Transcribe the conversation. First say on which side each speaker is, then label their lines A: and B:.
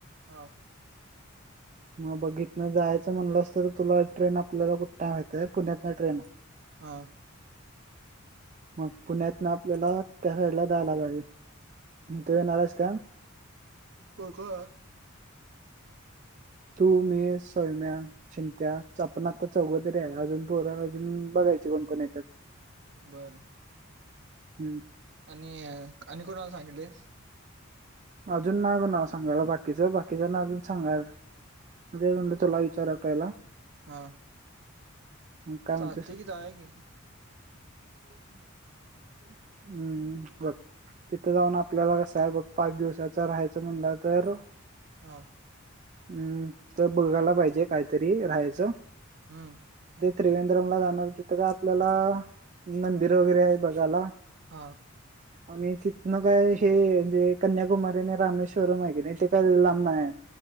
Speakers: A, on the right (about 55°); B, on the right (about 35°).
A: हा
B: मग बघ इतन जायचं म्हंटलास तर तुला ट्रेन आपल्याला कुठन हाय माहित्ये पुण्यातन हाय ट्रेन
A: हा
B: मग पुण्यातनं आपल्याला त्या साईडला जायला पाहिजे तू येणार आहेस का
A: कोकोण आहे
B: तू मी सोयम्या चिंत्या आपण आता चौघ तरी आहे अजून पोरं अजून बघायचे कोण कोण येत्यात??
A: बरं
B: हम्म.
A: आणि अं आणि कोणाला सांगित प्लिस
B: अजून नाही ग नाव सांगायला बाकीच बाकीचाना अजून सांगायचय तेच म्हंटल तुला विचारव पहिला
A: हा
B: मग
A: <inaudible>
B: काय म्हणतोस
A: चालतय कि जाऊया कि- <inaudible>
B: <inaudible> <inaudible> हम्म बघ <inaudible> तिथं जाऊन आपल्याला कसं आहे बघ पाच दिवसाचा राहायचं म्हणलं तर
A: हा <inaudible>
B: हम्म <inaudible> तर बघायला पाहिजे काहीतरी राहायचं.
A: हम्म- <inaudible>
B: त्रिवेद्रम ला जाणार तिथं काय आपल्याला <inaudible> मंदिर वगैरे आहेत. बघाला
A: हा <inaudible>
B: आणि तिथनं काय हे देवी कन्याकुमारी आणि रामेश्- श्वरम हाय कि नाही ते काय लांब नाही हाय,